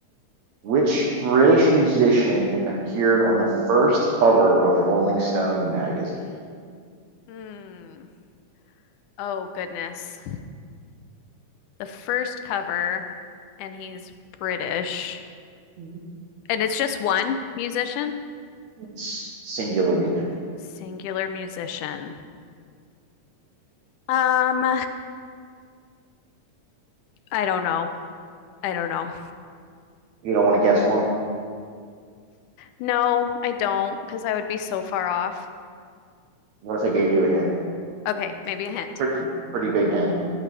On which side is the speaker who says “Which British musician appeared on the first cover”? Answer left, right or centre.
Right